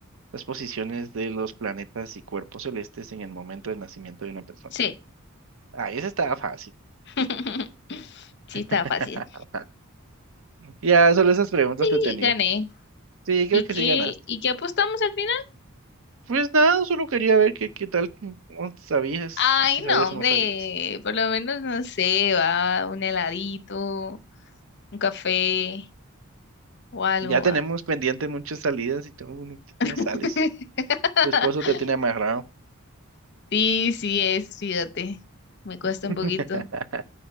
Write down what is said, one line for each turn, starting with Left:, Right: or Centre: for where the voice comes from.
Right: las posiciones de los planetas y cuerpos celestes en el momento del nacimiento de una persona.
Left: sí.
Right: Ah, esa estaba fácil.
Left: <laughs> Sí
Right: <laughs>
Left: está fácil.
Right: Ya, solo esas preguntas
Left: Y
Right: te tenía.
Left: gané.
Right: Sí, creo
Left: ¿Y
Right: que
Left: qué,
Right: sí ganaste.
Left: y qué apostamos al final?
Right: Pues nada, solo quería ver qué, qué tal, cómo sabías,
Left: Ay,
Right: si sabías
Left: no, hombre,
Right: o no sabías.
Left: por lo menos no sé, va, un heladito, un café. o algo.
Right: Ya tenemos
Left: ah.
Right: pendiente muchas salidas y tú no no sales.
Left: <laughs>
Right: Tu esposo te tiene amarrado.
Left: Sí, sí es, fíjate. Me cuesta
Right: <laughs>
Left: un poquito